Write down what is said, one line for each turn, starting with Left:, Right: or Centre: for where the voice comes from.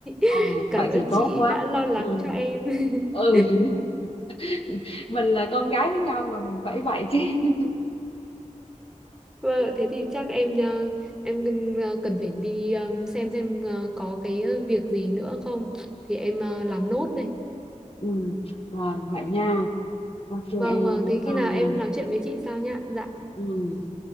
Left: ừ.
Centre: <laughs> Cảm
Left: Vậy
Centre: ơn
Left: thì tốt
Centre: chị
Left: quá.
Centre: đã lo lắng
Left: Ừ.
Centre: cho em. <laughs>
Left: ừ <laughs> mình là con gái với nhau mà mình phải vậy chứ <laughs>
Centre: Vâng, thế thì chắc em ờ, em ờ, cần phải đi ờ, xem xem ờ, có cái ờ, việc gì nữa không thì em ờ, làm nốt này.
Left: ừ rồi vậy nha ok
Centre: Vâng
Left: em
Centre: vâng,
Left: bye
Centre: thế
Left: bye
Centre: khi nào em
Left: em
Centre: nói chuyện với chị sau nhá. Dạ.
Left: ừ